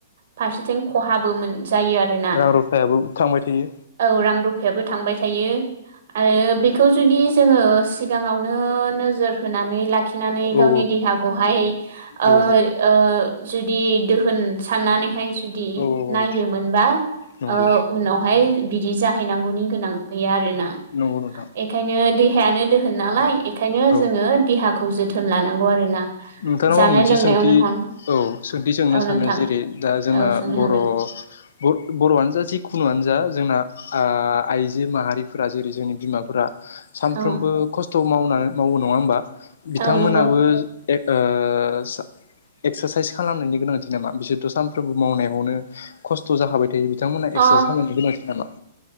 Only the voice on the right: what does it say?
फारसेथिं खहाबो मोन जायो आरोना।
औ रां रुफायाबो थांबाय थायो। आरो बेखौ जुदि जोङो सिगाङावनो नोजोर होनानै लाखि नानै गावनि
देहाखौहाय ओ
ओ जुदि दोहोन साननानैहाय जुदि
नायोमोनबा
दा
ओ उनावहाय बिदि जाहैनांगौनि गोनां गैया आरोना।
ओंखायनो देहायानो दोहोन नालाय ओखायनो
जोङो देहाखौ जोथोन लानांगौ आरोना।
जानाय
लोंनायावनो
हन
औ
नोंथां
औ सोंनो
हागोन
औ
औ नंगौ
अ